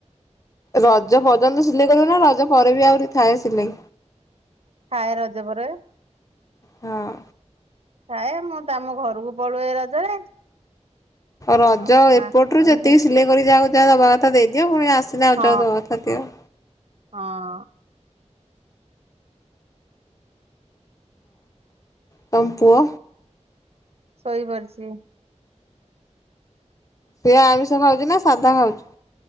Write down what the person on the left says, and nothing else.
ରଜ ପର୍ଯ୍ୟନ୍ତ ସିଲେଇ କରିବ ନା ରଜ ପରେ ବି ଆହୁରି ଥାଏ ସିଲେଇ?
ହଁ।
ରଜ
ଏପଟ
ରୁ ଯେତିକି ସିଲେଇ କରି ଯାହାକୁ ଯାହା ଦବା କଥା ଦେଇ ଦିଅ ପୁଣି ଆସି କି ଯାହାକୁ
ଯାହା ଦବା କଥା ଦଅ।
ତମ ପୁଅ?
ସିଏ ଆମିଷ ଖାଉଚି ନା ସାଧା ଖାଉଚି?